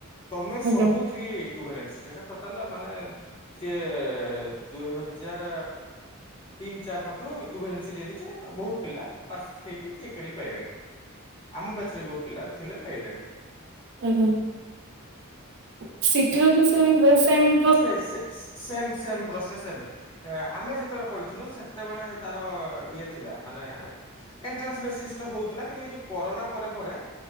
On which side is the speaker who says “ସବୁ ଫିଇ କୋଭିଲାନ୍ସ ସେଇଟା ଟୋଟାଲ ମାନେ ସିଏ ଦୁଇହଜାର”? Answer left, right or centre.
Left